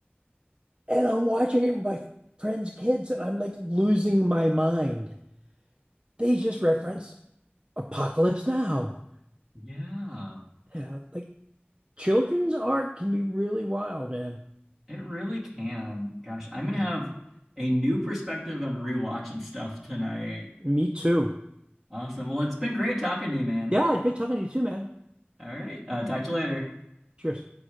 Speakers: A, on the right; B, in the centre.
A: And I'm watching it with my friends' kids, and I'm like losing my mind. They just referenced Apocalypse Now.
B: Yeah.
A: Yeah, like children's art can be really wild, man.
B: It really can. Gosh, I'm gonna
A: You know,
B: have a new perspective on rewatching stuff tonight.
A: me too.
B: Awesome. Well, it's been great talking to you, man.
A: Yeah, great talking to you too, man.
B: All right. Uh, talk to you later.
A: Cheers.